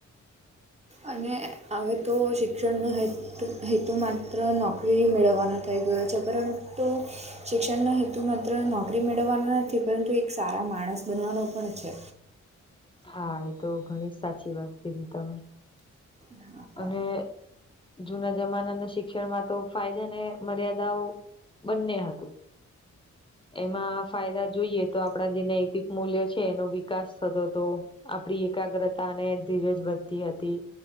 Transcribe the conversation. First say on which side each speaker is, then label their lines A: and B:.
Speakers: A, on the right; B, on the left.
A: અને અવે તો શિક્ષણનો હે હેતુ માત્ર નોકરી મેળવવાનો થઈ ગયો છે, પરંતુ શિક્ષણનો હેતુ માત્ર નોકરી મેળવવાનો નથી, પરંતુ એક સારા માણસ બનવાનો પણ છે.
B: હા, એ તો ઘણી સાચી વાત કીધી તમે.
A: હા હા
B: અને જુના જમાનાના શિક્ષણમાં તો ફાયદા અને મર્યાદાઓ, બંને હતું. એમાં ફાયદા જોઈએ તો આપડા જે નૈતિક મૂલ્યો છે, એનો વિકાસ થતો તો, આપણી એકાગ્રતા અને ધીરજ વધતી હતી,